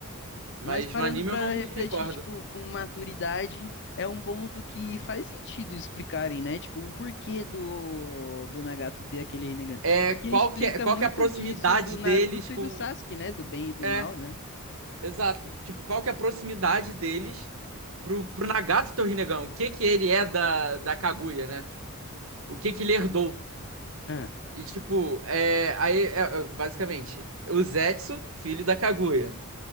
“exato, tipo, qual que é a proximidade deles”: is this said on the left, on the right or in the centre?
Right